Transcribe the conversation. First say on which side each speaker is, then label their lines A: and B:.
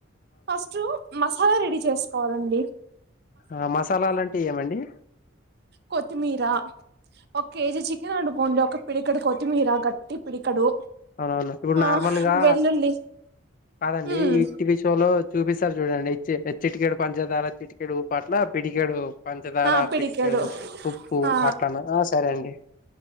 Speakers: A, on the right; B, on the left.
A: ఫస్ట్ మసాలా రెడి చేస్ కావాలండి
B: ఆ మసాలాలంటె ఏవండి
A: కొత్తిమీరా ఒక కేజీ చికెన్ వండుకోండి ఒక పిడికడు కొత్తిమీర గట్టి పిడికడు.
B: అవు అవును ఇప్పుడు
A: ఆ
B: నార్మల్ గా
A: వెల్లుల్లి
B: కాదండి
A: ఉమ్
B: ఈ టీవీ షో లో చూపిస్తారు చూడండి చిట్ చిటికెడు పంచదార చిటికెడు ఉప్ అట్ల పిడికెడు పంచదార
A: ఆ పిడికెడు
B: పెటికడు ఉప్పు
A: ఆ
B: అట్లనా ఆ సరే అండి